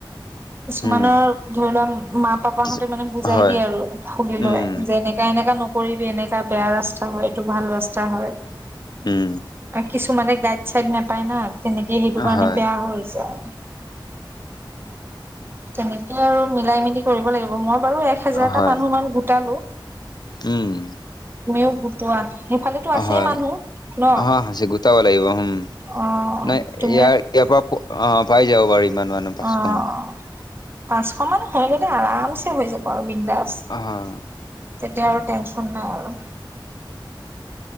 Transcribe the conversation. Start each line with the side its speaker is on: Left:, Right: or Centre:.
Right: কিছুমানৰ,
Left: উম
Right: ধৰি লোৱা, মা-পাপাহঁতে
Left: কিছু
Right: মানে, বুজাই
Left: হয়
Right: দিয়ে আৰু খুলি
Left: উম
Right: লৈ যে, এনেকা এনেকা ন নকৰিবি, এনেকা বেয়া ৰাস্তা হয়, এইটো ভাল ৰাস্তা হয়।
Left: উম।
Right: আৰু কিছুমানে গাইড চাইড নাপায়, না তেনেকে, সেইটো কাৰণে
Left: হয়
Right: বেয়া হৈ যায়। তেনেকে আৰু মিলাই-মিলি কৰিব লাগিব, মই বাৰু এক হাজাৰটা
Left: হয়
Right: মানুহ মান গোটালো।
Left: উম।
Right: তুমিও গোটোৱা। সেইফালেতো আছেই
Left: হয়
Right: মানুহ, ন?
Left: অ সাঁচি গোটাব লাগিব উম
Right: অহ',
Left: নাই
Right: তুমিউ
Left: ইয়াৰ ইয়াৰ পৰা, অ, পাই যাব বাৰু, ইমান মানুহ। পাঁচশ
Right: অঁহ
Left: মান
Right: পাঁচশ মান হৈ গ'লে, আৰামছে হৈ যাব আৰু বিন্দাছ।
Left: আহ'।
Right: তেতিয়া আৰু টেনচন নাই, আৰু।